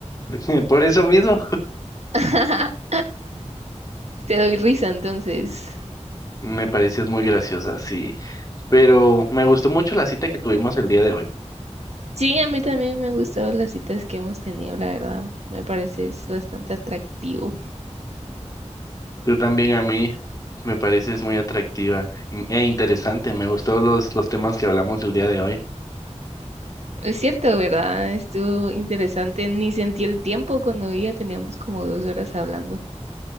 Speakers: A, on the left; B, on the right.
A: <laughs> Por eso mismo,
B: <laughs> Te doy risa entonces.
A: me pareces muy graciosa, sí. Pero me gustó mucho la cita que tuvimos el día de hoy.
B: Sí, a mí también me han gustado las citas que hemos tenido, la verdad. Me parece es bastante atractivo.
A: Tú también a mí me pareces muy atractiva e interesante. Me gustó los, los temas que hablamos el día de hoy.
B: Es cierto, ¿verdad? Estuvo interesante. Ni sentí el tiempo cuando ya teníamos como dos horas hablando.